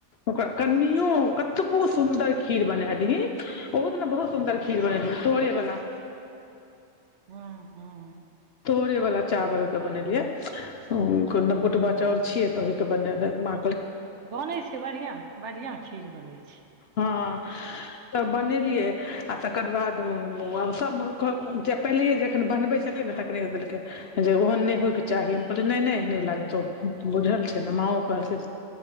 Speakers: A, on the left; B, on the right.
A: ओकरा कनियो कतबु सुन्दर खीर बना दिहि ओहो दिया बहुत सुन्दर
B: अच्छा
A: खीर बनेलियै तोरे बला
B: हँ - हँ
A: तोड़े वाला चावल के बनेलिये न गोटवा
B: हँ
A: चाउर छिये त ओहि के बने लेब मा
B: बनै छै बढ़िया बढ़िआं खीर बनैत छै
A: हँ तब बनेलियै आ तकर बाद सभ जे पहिले जखन बनबै छलियै ने तख नय देलकै जे ओहन नहि होइ के चाही हम कहली नहि नहि नहि लागतौ बुझल छै माँ ओ कहलके